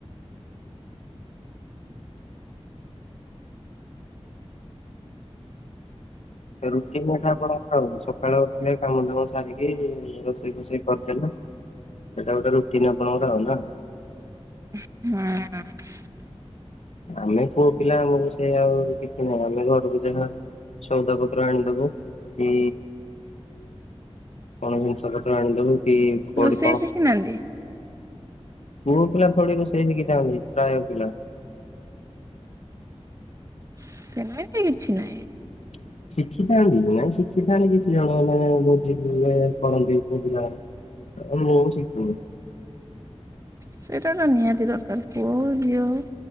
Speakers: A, on the left (about 80°); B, on the right (about 30°).
A: ରୁଟିନ୍ ଏଟା ଆପଣ ଖାଉ ସକାଳୁ ଉଠିଲେ କାମ ଦାମ ସାରିକି ରୋଷେଇ ଫୋଷେଇ କରିଦେଲ ସେଇଟା ଗୋଟେ ରୁଟିନ ଆପଣଙ୍କର ଆଉ ନା।
B: ହୁଁ।
A: ଆମେ ପୁଅ ପିଲା ଆମକୁ ସେ ଆଉ କିଛି ନାହିଁ ଆମେ ଘରକୁ ଯାହା ସଉଦା ପତ୍ର ଆଣିଦବୁ କି କଣ ଜିନିଷ ପତ୍ର ଆଣିଦବୁ। କି କୋଉଠି
B: ରୋଷେଇ
A: କଣ
B: ଶିଖିନାହାନ୍ତି?
A: ପୁଅ ପିଲା ଥୋଡି ରୋଷେଇ ଶଖିଥାନ୍ତି ପ୍ରାୟ ପିଲା।
B: ସେମିତି କିଛି ନାହିଁ।
A: <inaudible> ଶିଖିଥାନ୍ତି ନାଇଁ ଶିଖିଥାନ୍ତି କିଛି ଜଣ ମାନେ ଭୋଜି ଥିଲେ କରନ୍ତି ପୁଅ ପିଲା ମାନେ। ମୁଁ ଶିଖିନି।
B: ସେଇଟା ତ ନିହାତି ଦରକାର ପୁଅ ହଉ ଝିଅ ହଉ